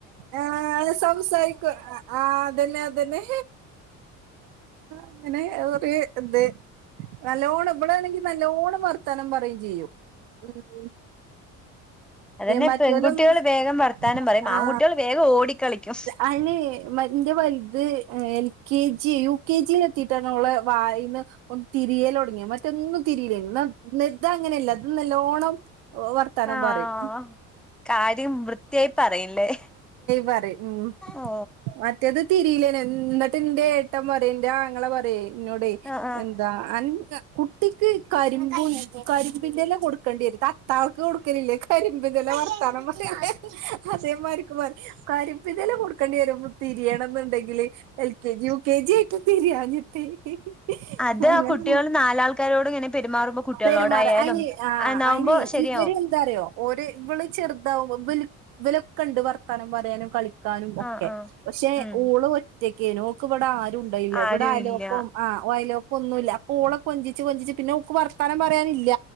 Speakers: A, on the right (about 80°); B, in the centre.
A: ആഹ് സംസാരിക്കും ആ അതന്നെ അതന്നെ അങ്ങനെ ഒര് എന്ത് നല്ലോണം ഇവിടാണെങ്കി നല്ലോണം വർത്താനം പറയും. ഉം
B: അതന്നെ
A: മറ്റോല്
B: പെൺകുട്ടികൾ വേഗം വർത്താനം
A: <unintelligible>
B: പറയും
A: അ
B: ആൺകുട്ടികൾ വേഗം ഓടിക്കളിക്കും
A: അന് മന്റെ വലുത് എനിക്ക് കെ ജി, യു കെ ജിൽ എത്തിട്ടാണ് അവളെ വായീന്ന് ഒന്ന് തിരിയൽ തൊടങ്ങിയേ. തെങ്ങു തിരിയുകല്ലേ നിത് അങ്ങനെയല്ല ഇത് നല്ലോണം വർത്താനം
B: ആഹ്
A: പറയും
B: കാര്യം വൃത്തിയായി പറയില്ലേ?
A: പറേം ഉം
B: ഓ
A: മറ്റേ അത് തിരിലേന എന്നിട്ട് എന്റെ ഏട്ടൻ പറെയ എന്റെ ആങ്ങള പറയേ എന്നോടേ
B: ആഹ് ആഹ്
A: എന്താ അ കുട്ടിക്ക് കരിമ്പും കരിമ്പിന്റെല കൊടുക്കേണ്ടി വരും തട്ടാൾക്ക് കൊടുക്കലില്ലേ കരിമ്പ് ജല വർത്താനം അതേ മാരിക്കുംമാ കരിമ്പിന്റെല കൊടുക്കേണ്ടി വരും തിരിയണം എന്നുണ്ടെങ്കിൽ കില് L K G U K G ആയിട്ട് ബിരിയാണി <unintelligible>
B: അത്
A: അങ്ങനെ
B: ആ കുട്ടികൾ നാലാൾക്കാരോട് ഇങ്ങനെ പെരുമാറുമ്പോ കുട്ടികളോടായാലും
A: പെരുമാറ അയ്നി ആഹ്
B: അന്നാവുമ്പോ
A: അയ്ന്
B: ശരിയാവും
A: ഇവരെന്താറിയോ ഓര് വള് ചെറുതാവുമ്പോ ബൽ വ് ലക്കണ്ട് വർ ത്താനം പറയാനും കളിക് കാനും ഒക്കെ
B: ആഹ് ആഹ്
A: പക്ഷെ
B: ഉം
A: ഓള് ഒറ്റ കേനോ ക്ക് വടെ ആരുണ്ടായില്ല.
B: ആരും
A: ഇവടെ അയലോക്കം
B: ഇല്ല
A: ആഹ് ഒയലോക്കൊന്നുല്ല ഓളെ കൊഞ്ചിച്ച് കൊഞ്ചിച്ച് പിന്നെ ഒക്ക് വർത്താനം പറയാനില്ല